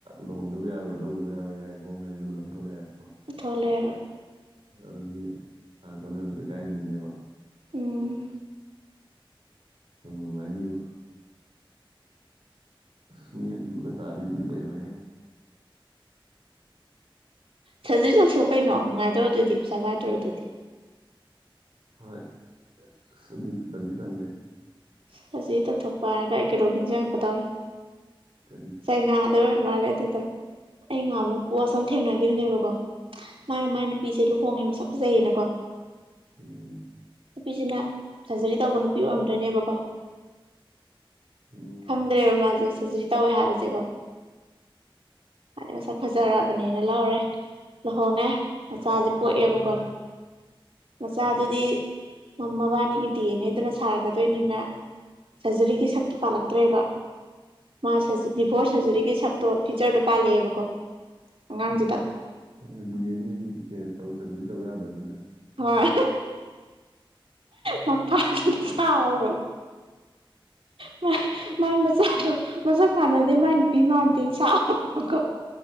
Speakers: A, on the right; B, on the right.
A: ꯂꯨꯍꯣꯡꯗꯕ ꯌꯥꯔꯣꯏ ꯂꯧꯗꯕ ꯌꯥꯔꯣꯏ ꯀꯥꯏ ꯒꯣꯚꯔꯃꯦꯟ ꯔꯨꯜ ꯑꯃ ꯊꯣꯛꯂꯛꯑꯦꯕ
B: ꯊꯣꯛꯂꯛꯑꯦꯕ
A: ꯑꯗꯨꯗꯤ ꯍꯥꯟꯅ ꯀꯣꯏꯅꯕ ꯂꯣꯏ ꯀꯥꯏꯅ ꯗꯣꯏꯅꯦꯕ
B: ꯎꯝ
A: ꯅꯨꯡꯕꯨ ꯅꯨꯉꯥꯏꯅꯤꯕꯣ ꯑꯁ ꯃꯤ ꯑꯊꯤꯕꯒ ꯇꯥꯔꯗꯤ ꯕꯤꯠ ꯂꯩꯥꯔꯣꯏꯍꯦ
B: ꯁꯔꯖꯔꯤ ꯇꯧꯊꯣꯛꯑꯣ ꯀꯩꯅꯣ ꯅꯨꯉꯥꯏꯗꯣꯔꯗꯨꯗꯤ ꯄꯩꯁꯥ ꯄꯥꯏꯗꯣꯔꯗꯨꯗꯤ
A: ꯍꯣꯏ ꯑꯁ ꯑꯗꯨ ꯇꯟꯗꯤ ꯇꯜꯂꯦ
B: ꯁꯔꯖꯔꯤ ꯇꯧꯊꯣꯛꯄ ꯍꯥꯏꯔꯒ ꯑꯩ ꯀꯩꯅꯣꯝꯃ ꯅꯤꯡꯖꯪ ꯉꯛꯀꯗꯧꯔꯦ
A: ꯀꯔꯤ
B: ꯆꯩꯅꯥꯗ ꯑꯣꯏꯔ ꯃꯥꯜꯂꯦ ꯑꯗꯨꯗꯣ ꯑꯩ ꯉꯍꯥꯃꯨꯛ ꯄꯣꯠꯁ ꯑꯃ ꯊꯦꯡꯅꯒꯤꯕꯅꯦꯕꯀꯣ ꯃꯥꯅ ꯃꯥꯏ ꯅꯨꯄꯤꯖꯦ ꯂꯨꯍꯣꯡꯉꯦ ꯃꯁꯛ ꯐꯖꯩꯌꯦꯅꯀꯣ
A: ꯎꯝ
B: ꯅꯨꯄꯤꯖꯤꯅ ꯁꯔꯖꯔꯤ ꯇꯧꯕ ꯅꯨꯄꯤ ꯑꯣꯏꯔꯝꯗꯣꯏꯅꯦꯕ ꯀꯣ
A: ꯎꯝ
B: ꯈꯪꯗ꯭ꯔꯦꯕ ꯃꯥꯖꯦ ꯁꯔꯖꯔꯤ ꯇꯧꯋꯦ ꯍꯥꯏꯕꯖꯦ ꯀꯣ ꯃꯁꯛ ꯐꯖꯔꯕꯅꯦꯅ ꯂꯧꯔꯦ ꯂꯨꯍꯣꯡꯉꯦ ꯃꯆꯥꯖꯦ ꯄꯣꯛꯑꯦꯕꯀꯣ ꯃꯆꯥꯗꯨꯗꯤ
A: ꯑ
B: ꯃꯕꯥꯅꯤꯒꯤ ꯗꯤ ꯑꯦꯟ ꯅꯦ ꯗꯨꯅ ꯁꯥꯔꯛꯀꯗꯣꯏꯅꯤꯅ ꯁꯔꯖꯔꯤꯒꯤ ꯁꯛꯇꯨ ꯄꯥꯜꯂꯛꯇ꯭ꯔꯦꯕ ꯃꯥ ꯁꯖꯥ ꯗꯤꯐꯣꯔꯁ ꯁꯔꯖꯔꯤꯒꯤ ꯁꯛꯇꯣ ꯐꯤꯆꯔꯗ ꯄꯥꯜꯂꯛꯑꯦꯕꯀꯣ ꯑꯉꯥꯡꯖꯤꯗ
A: ꯑ ꯍꯣꯏ ꯗꯤ ꯌꯦ ꯅꯦ ꯑꯗꯨꯗꯤ ꯆꯦꯟꯖ ꯇꯧ ꯁꯔꯖꯔꯤ ꯇꯧ ꯌꯥꯗꯕꯅꯤꯅ
B: ꯍꯣꯏ ꯃꯄꯥꯖꯤꯅ ꯁꯥꯎꯔꯕ <unintelligible> ꯃꯥꯏ ꯃꯆꯥꯗ ꯃꯁꯛ ꯃꯥꯟꯅꯗꯦ ꯃꯥꯏ ꯅꯨꯄꯤ ꯃꯥꯟꯗꯦ ꯁꯥꯎꯔꯕꯀꯣ